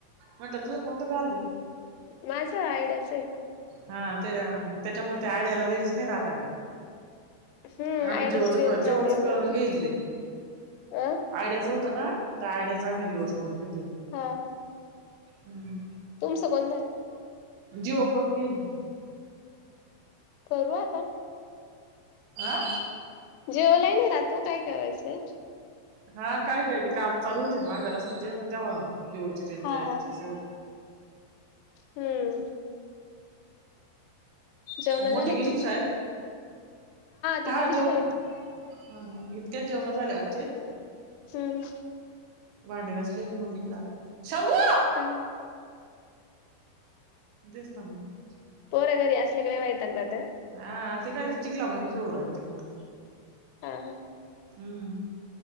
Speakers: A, on the right; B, on the left.
A: म्हटल तुझ कोणत कार्ड ये?
B: माझ आय डी याच आहे.
A: हा ते त्याच्यामुळे ते आय डि याला रेंज नाही राहत अगं.
B: हम्म
A: आम्ही
B: आयडियाची
A: जी ओच
B: रेंज
A: कर जी
B: जात
A: ओच
B: येत
A: करून
B: राहते
A: घेईल ते.
B: अ
A: आयड्याचं होतं ना, तर आयड्याचं आम्ही जी ओच करून घेतलं.
B: हा हा
A: हम्म
B: तुमचं कोणतं आहे
A: जीओ करून घे. हम्.
B: करू आता.
A: आं.
B: जेओ लाइन ये तु काय करायचं ये?
A: हा काय काय ते काम चालू होतील माग रस्त्याचे म तेव्हा जी ओची रेनज
B: हा
A: जायची
B: हा
A: स
B: हम्म. जेवण
A: मोठी
B: झाले
A: गेली
B: तुमच्या
A: का शाळेत?
B: ती
A: हा
B: गेली
A: जेवल
B: शाळेत
A: ना. हा ह, इतक्याच जेवण झाले आमचे
B: हम्म
A: भांडे घसले मग मी इकडे आलो, संभु
B: हा
A: तेच ना मग
B: पोर घरी असली काणी वैताग देतात.
A: हा ते काय चिखलामध्ये खेळू रा ते मोठ.
B: हा-हा
A: हम्म.